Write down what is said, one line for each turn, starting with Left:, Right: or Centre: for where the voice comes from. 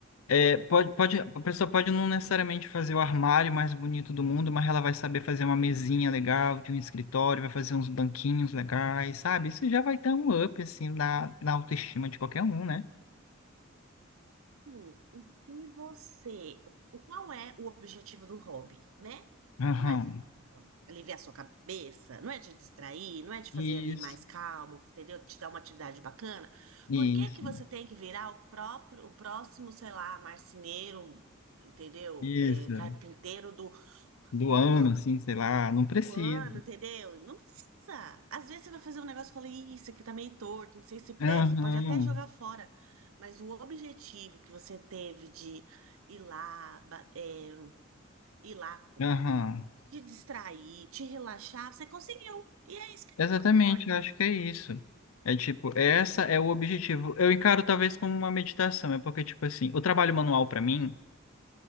Left: É, pode, pode,
Right: Hum.
Left: a pessoa pode não necessariamente fazer o armário mais bonito do mundo, mas ela vai saber fazer uma mesinha legal de um escritório, vai fazer uns banquinhos legais, sabe? Isso já vai dar um up, assim, na, na autoestima de qualquer um, né?
Right: Sim, o que você, o qual é o objetivo do hobby, né?
Left: Aham.
Right: Não é de aliviar sua cabeça, não é de distrair, não é de fazer
Left: Isso,
Right: ali mais calmo, entendeu? Te dar uma atividade bacana.
Left: isso,
Right: Por que que você tem que virar o próprio, o próximo, sei lá, marceneiro, entendeu?
Left: isso.
Right: É, carpinteiro do,
Left: Do
Right: do
Left: ano, assim, sei lá, não precisa.
Right: um ano, entendeu? Não precisa. Às vezes você vai fazer um negócio e fala, "Ih, isso aqui tá meio torto, não sei se presta,
Left: Aham,
Right: pode até jogar fora. Mas o objetivo que você teve de ir lá, ba- é, ir lá,
Left: aham.
Right: te distrair, te relaxar, você conseguiu. E é isso que
Left: Exatamente,
Right: importa.
Left: eu acho que é isso. É tipo, essa é o objetivo. Eu encaro talvez como uma meditação, é porque, tipo assim, o trabalho manual pra mim.